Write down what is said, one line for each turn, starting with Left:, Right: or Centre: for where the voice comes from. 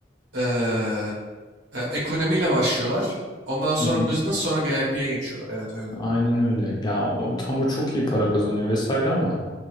Right: eee, e, ekonomiyle başlıyorlar. Ondan sonra
Left: Hı hı.
Right: business sonra VIP'ye geçiyorlar. Evet öyle.
Left: Aynen öyle. Ya o, tam o çok iyi para kazanıyor vesaire ama